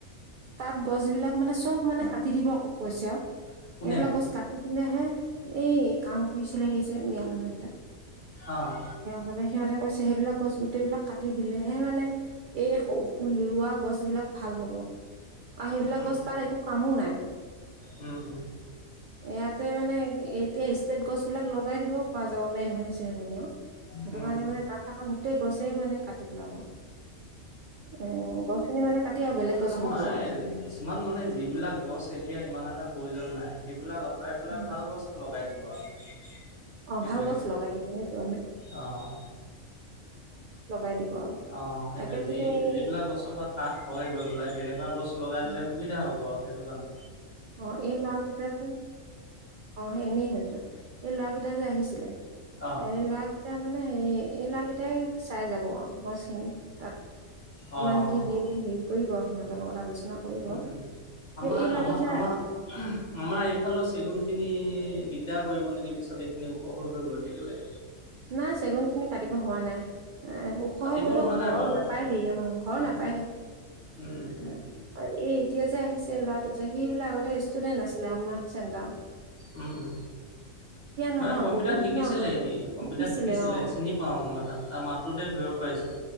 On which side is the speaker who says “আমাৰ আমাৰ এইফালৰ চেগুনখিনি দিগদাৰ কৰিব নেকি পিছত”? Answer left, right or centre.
Left